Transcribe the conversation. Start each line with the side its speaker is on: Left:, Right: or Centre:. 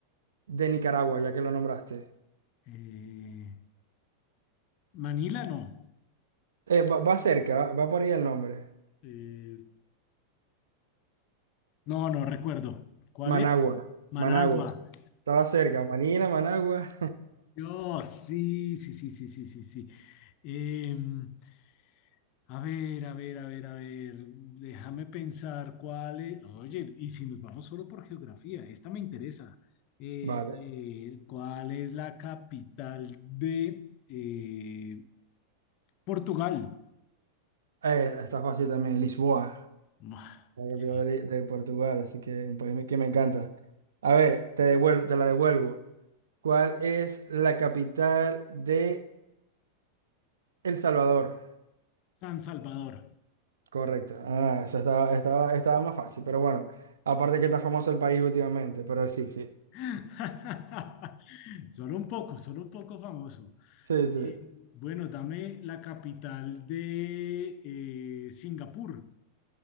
Right: de Nicaragua, ya que lo nombraste?
Left: Eh, Manila no.
Right: Eh, va, va cerca, va, va por ahí el nombre.
Left: Eh, no, no recuerdo. ¿Cuál
Right: Managua,
Left: es? Managua.
Right: Managua. Estaba cerca, Manila, Managua.
Left: No, sí, sí, sí, sí, sí, sí, sí. Em, a ver, a ver, a ver, a ver, déjame pensar cuál es. Oye, y si nos vamos solo por geografía, esta me interesa. Eh,
Right: Vale.
Left: eh, ¿cuál es la capital de eh, Portugal?
Right: Eh, está fácil también, Lisboa,
Left: Mua,
Right: la
Left: sí,
Right: capital de, de Portugal, así que un país que me encanta. A ver, te devuel- te la devuelvo. ¿Cuál es la capital de El Salvador?
Left: San Salvador.
Right: Correcto. Ah, esa estaba, estaba, estaba más fácil, pero bueno. Aparte que está famoso el país últimamente, pero sí, sí.
Left: <laughs> Solo un poco, solo un poco famoso.
Right: Sí, sí.
Left: Eh, Bueno, dame la capital de eh, Singapur.